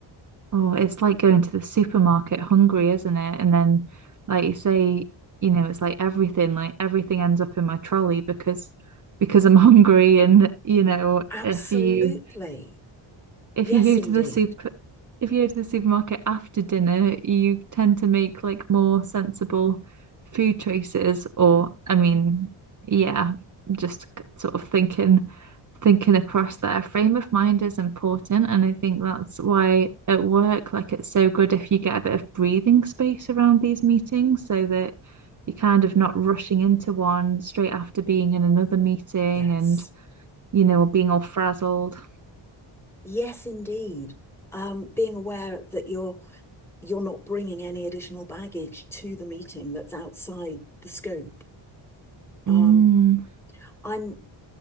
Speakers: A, on the right (about 40°); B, in the centre.
A: Oh, it's like going to the supermarket hungry, isn't it? And then, like you say, you know, it's like everything, like everything ends up in my trolley because because I'm <laughs> hungry and you know,
B: Absolutely.
A: if you if
B: Yes,
A: you go
B: indeed.
A: to the super if you go to the supermarket after dinner, you tend to make like more sensible food choices or I mean, yeah, just c- sort of thinking thinking across there. Frame of mind is important and I think that's why at work like it's so good if you get a bit of breathing space around these meetings so that you're kind of not rushing into one straight after being in another meeting
B: Yes.
A: and you know being all frazzled.
B: Yes, indeed. Um, being aware that you're you're not bringing any additional baggage to the meeting that's outside the scope. Um,
A: Mm.
B: I'm